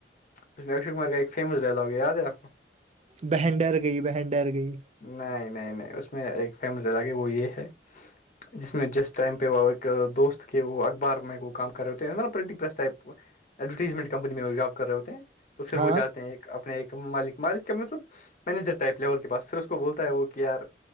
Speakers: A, on the left (about 45°); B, on the right (about 40°).
A: اس میں اشو کمار کا ایک فیمس ڈائلاگ د ہے آپ کو
B: بہنڈر گئی بہنڈر گئی
A: نہیں نہیں نہیں اس میں ایک فیمز الگ وہ یہ ہے جس میں جس ٹائم پہ وہ ایک دوست کے وہ اخبار میں وہ کام کر رہے ہوتے ہیںب printing press type advertisement company میں جاب کر رہے ہوتے ہیں تو پھر
B: ہاں
A: وہ جاتے ہیں ایک اپنے ایک مالک مالک کا مطلب مینیجر ٹائپ لیول کے پاس پھر اس کو بولتا ہے وہ کہ یار